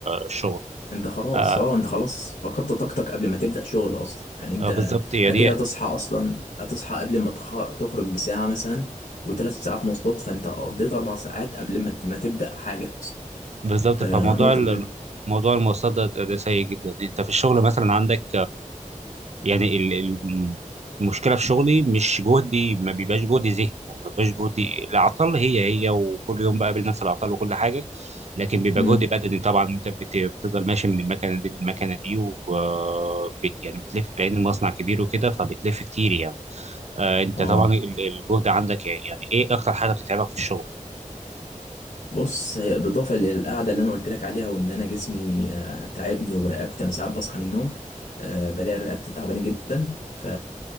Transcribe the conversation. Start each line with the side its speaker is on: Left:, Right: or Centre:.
Right: الشغل
Left: انت خلاص
Right: آه
Left: اه انت خلاص فقدت طاقتك قبل ما تبدأ شغل اصلا يعني انت
Right: آه، بالظبط يا
Left: اكيد
Right: دي
Left: هتصحى اصلا هتصحى قبل ما تخ- تخرج بساعة مثلا وثلاث ساعات مواصلات فانت قضيت اربع ساعات قبل ما ما تبدأ حاجة اصلا
Right: بالظبط
Left: فنقطة
Right: فموضوع ال-
Left: مهمة
Right: موضوع المواصلات ده, ده ده سيء جدا انت في الشغل مثلا عندك يعني ال- ال- المشكله في شغلي مش جهدي ما بيبقاش جهدي ذهني يعني ما بيبقاش جهدي العطل هي هي وكل يوم بقابل نفس العطل وكل حاجه لكن بيبقى
Left: امم
Right: جهد بدني طبعا انت بت- بتفضل ماشي من المكنه دي للمكنه دي وبت يعني بتلف لان المصنع كبير وكده فبتلف كتير يعني آه، انت
Left: اه
Right: طبعا ال- الجهد عندك يعني يعني ايه اكتر حاجه بتتعبك في الشغل
Left: بص هي بالإضافة للقعدة اللي أنا قلت لك عليها وإن أنا جسمي آه، تعبني ورقبتي أنا ساعات بصحى من النوم آه، بلاقي رقبتي تعبانة جدا ف